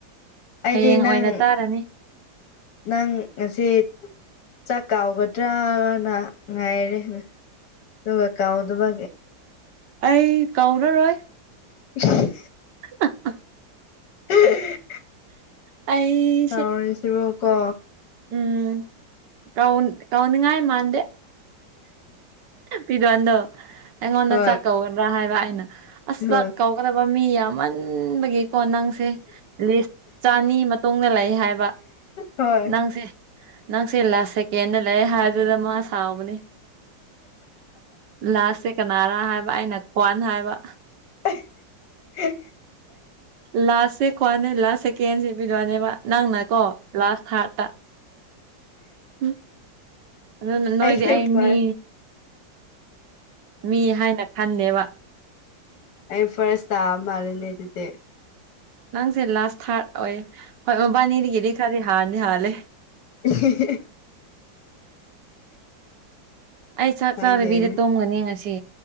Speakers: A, on the left; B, on the right.
A: ꯑꯩꯗꯤ
B: ꯍꯌꯦꯡ ꯑꯣꯏꯅ
A: ꯅꯪ
B: ꯆꯥꯔꯅꯤ
A: ꯅꯪ ꯉꯁꯤ ꯆꯥꯛ ꯀꯥꯎꯒꯗ꯭ꯔꯅ ꯉꯥꯏꯔꯦ ꯍꯒ ꯀꯥꯎꯗꯕꯦ
B: ꯑꯩ ꯀꯥꯎꯅꯔꯣꯏ
A: <unintelligible>
B: ꯑ ꯑ
A: ꯎꯝ
B: ꯎꯝ ꯑꯩ
A: ꯇꯧꯔꯤꯁꯤꯕ ꯀꯣ
B: ꯎꯝ ꯀꯟ ꯀꯧꯅꯤꯡꯉꯥꯏ ꯃꯥꯗꯦ ꯄꯤꯔꯣ ꯑꯗꯣ ꯑꯩꯉꯣꯟꯗ
A: ꯍꯣꯏ
B: ꯆꯥꯛ ꯀꯧꯒꯗ꯭ꯔꯥ ꯍꯥꯏꯕ ꯑꯩꯅ ꯑꯁ
A: ꯍꯣꯏ
B: ꯆꯥꯛ ꯀꯧ ꯊꯣꯛꯀꯗꯕ ꯃꯤ ꯌꯥꯝꯃꯟꯕꯒꯤꯀꯣ ꯅꯪꯁꯦ ꯂꯤꯁ ꯆꯅꯤ ꯃꯇꯨꯡꯗ ꯂꯩ ꯍꯥꯏꯕ
A: ꯍꯣꯏ
B: ꯅꯪꯁꯦ ꯅꯪꯁꯦ ꯂꯥꯁ ꯁꯦꯀꯦꯟꯗ ꯂꯩ ꯍꯥꯏꯗꯨꯗ ꯃꯥ ꯁꯥꯎꯕꯅꯤ ꯂꯥꯁꯁꯦ ꯀꯅꯥꯔꯥ ꯍꯥꯏꯕ ꯑꯩꯅ ꯀ꯭ꯋꯥꯟ ꯍꯥꯏꯕ
A: <unintelligible>
B: ꯂꯥꯁꯁꯦ ꯈꯣꯋꯥꯅꯦ ꯂꯥꯁ ꯁꯦꯀꯦꯟꯁꯦ ꯄꯤꯔꯛꯅꯦꯕ ꯅꯪꯅꯀꯣ ꯂꯥꯁ ꯊꯥꯔꯠꯇ ꯎꯝ ꯑꯗꯨꯅ ꯅꯣꯏꯗꯤ
A: ꯑꯦ
B: ꯑꯩ
A: ꯄ
B: ꯃꯤ ꯃꯤ ꯍꯥꯏꯅ ꯈꯟꯗꯦꯕ
A: ꯑꯩ ꯐꯥꯔꯁ ꯇꯥꯑꯕ ꯃꯥꯜꯂꯤꯅꯦ ꯑꯗꯨꯗꯤ
B: ꯅꯪꯁꯦ ꯂꯥꯁ ꯊꯥꯔꯠ ꯑꯣꯏ ꯍꯣꯏ ꯃꯕꯥꯅꯤꯗꯒꯤꯗꯤ ꯈꯔꯗꯤ ꯍꯥꯥꯟꯗꯤ ꯍꯥꯜꯂꯦ
A: ꯎ
B: ꯑꯩ ꯆꯥꯛ
A: ꯈꯪꯗꯦꯅꯦ
B: ꯆꯥꯗꯕꯤꯗ ꯇꯣꯡꯒꯅꯤ ꯉꯁꯤ